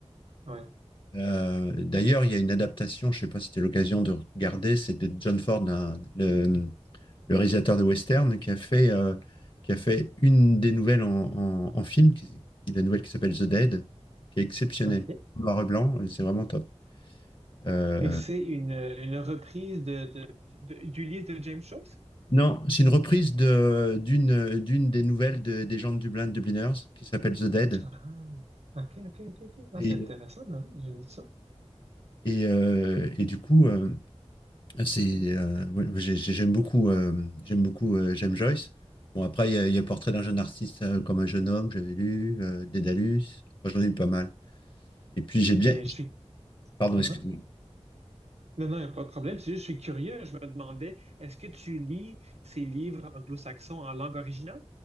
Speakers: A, on the right; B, on the left.
A: Ouais,
B: Euh, d'ailleurs, il y a une adaptation, je sais pas si c'était l'occasion de regarder, c'est de John Ford, un- le, le réalisateur de western, qui a fait, euh, qui a fait une des nouvelles en, en, en film, qui, qui est la nouvelle qui s'appelle The Dead, qui est exceptionnelle.
A: ok.
B: En Noir et blanc, et c'est vraiment top. Euh,
A: Et c'est une, une reprise de, de, de- d'Ulysse de James Joyce?
B: Non, c'est une reprise de, d'une, d'une des nouvelles de- des gens de Dublin, de Dubliners, qui s'appelle The Dead.
A: Ah, ok, ok, ok, ok. Ah,
B: Et,
A: c'est intéressant, ben oui, je note ça.
B: et, euh, et du coup, euh, c'est, euh, ouais, j'ai- j'ai- j'aime beaucoup, euh, j'aime beaucoup, euh, j'aime Joyce. Bon, après, il y a, il y a Portrait d'un jeune artiste euh, comme un jeune homme, j'avais lu, euh, Dédalus, Enfin, j'en ai lu pas mal. Et puis, j'ai bien.
A: Et je suis...
B: Pardon,
A: Ah,
B: excuse-moi.
A: ah. Non, non, il n'y a pas de problème. C'est juste, je suis curieux. Je me demandais, est-ce que tu lis ces livres anglo-saxons en langue originale?